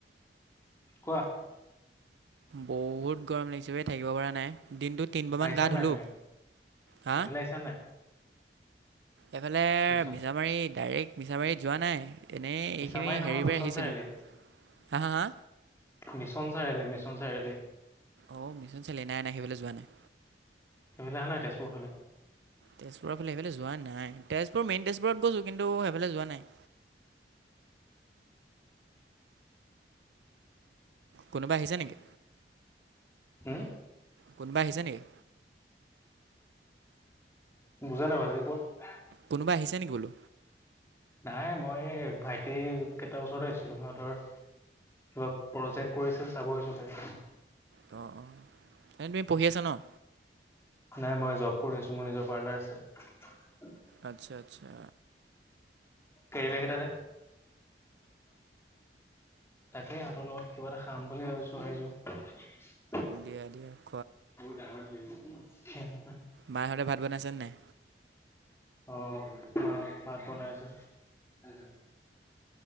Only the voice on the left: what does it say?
কোৱা
আহিছা
নাই
তুমি
এইফালে আহিছা নাই
মিছন
মিছামাৰি
নহয়
মিছন
চাৰিআলি
mission Chariali mission mission Chariali
সেইফালে আহা নাই তেজপুৰৰ ফালে
হম
বুজা নাই ভালকৈ কোৱা।
নাই মই ভাইটি কেইটা ওচৰত আহিছিলোঁ সিহঁতৰ কিবা প্ৰজেক্ট কৰিছে, চাব আহিছোঁ তাকে।
নাই মই জব কৰি আছোঁ মোৰ নিজৰ পাৰ্লাৰ আছে।
কেৰিবেগ এটা দে তাকে সিহঁতৰ লগত কিবা এটা খাম বুলি ভাবিছোঁ, আহিছোঁ।
বহুত ডাঙৰ বিল <unintelligible>
অ' মা ভাত বনাই আছে। উম